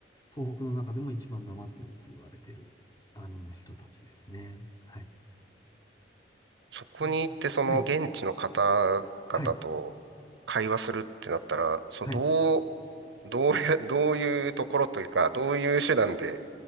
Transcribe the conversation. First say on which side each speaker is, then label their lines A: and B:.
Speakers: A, on the left; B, on the right.
A: 東北の中でも一番なまってるって言われてる、あの、人たちですね。はい。
B: そこに行ってその現地の方々と
A: ね。はい。はい。
B: 会話するってなったら、そのどう、
A: はい。
B: どうや、<laughs> どういうところというか、どういう手段で